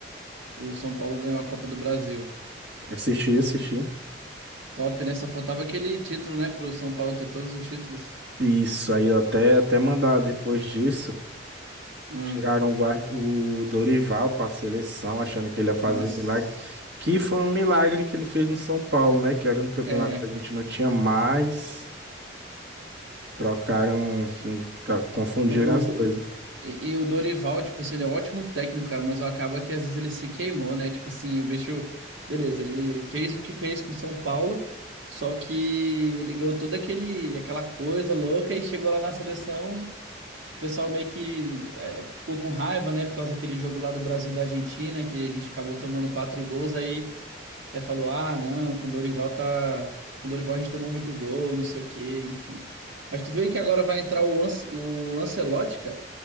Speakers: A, on the right; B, on the right.
A: o São Paulo ganhou a Copa do Brasil.
B: Assisti, assisti.
A: Top, né? Só faltava aquele título, né, pro São Paulo ter todos os títulos.
B: Isso, aí até, até mandar depois disso.
A: Hum,
B: Tiraram o, guard- o Dorival para a seleção, achando que ele ia fazer
A: nossa.
B: milagre. Que foi um milagre que ele fez no São Paulo, né? Que era no campeonato
A: É,
B: que a gente não tinha mais. Trocaram, enfim, ca- confundiram
A: o
B: as coisas.
A: e, e o Dorival, tipo assim, ele é um ótimo técnico, cara, mas acaba que às vezes ele se queimou, né? Tipo assim, o bicho, beleza, ele fez o que fez com o São Paulo, só que ele ganhou toda aquele aquela coisa louca e chegou lá na seleção O pessoal meio que é, ficou com raiva, né? Por causa daquele jogo lá do Brasil e da Argentina, que a gente acabou tomando quatro gols, aí até falou, ah, não, com o Dorival tá. Com o Dorival a gente tomou muito gol, não sei o quê, enfim. Mas tu vê que agora vai entrar o, Ance- o Ancelotti, cara.